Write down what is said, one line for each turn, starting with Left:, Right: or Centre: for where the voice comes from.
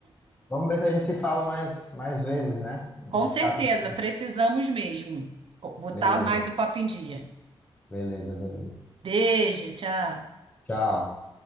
Left: Vamos ver se a gente se fala mais, mais vezes, né? Não
Right: Com certeza,
Left: ficar tanto tempo.
Right: precisamos mesmo co- botar
Left: Beleza,
Right: mais o papo em dia.
Left: beleza, beleza.
Right: Beijo, tchau.
Left: Tchau.